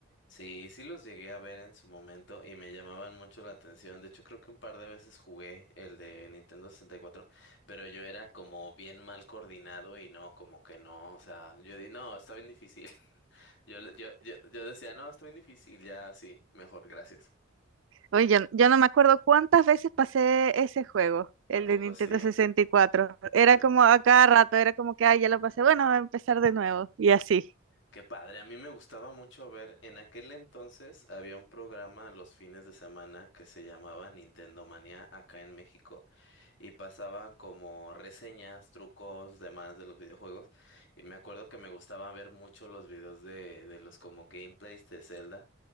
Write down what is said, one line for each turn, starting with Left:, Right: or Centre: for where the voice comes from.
Left: Sí, sí los llegué a ver en su momento y me llamaban mucho la atención. De hecho, creo que un par de veces jugué el de Nintendo 64, pero yo era como bien mal coordinado y no, como que no, o sea, yo di, no, está bien difícil. <laughs> Yo, le- yo, yo, yo decía, no, está bien difícil, ya sí, mejor, gracias.
Right: Oye, yo, yo no me acuerdo cuántas veces pasé ese juego, el
Left: ¿A poco
Right: de Nintendo
Left: sí?
Right: sesenta y cuatro. Era
Left: Qué,
Right: como a cada rato, era como que, ah, ya lo pasé, bueno, voy a empezar de nuevo y así.
Left: qué padre. A mí me gustaba mucho ver, en aquel entonces había un programa los fines de semana que se llamaba Nintendo Manía acá en México y pasaban como reseñas, trucos, demás de los videojuegos. Y me acuerdo que me gustaba ver mucho los videos de, de los como gameplays de Zelda.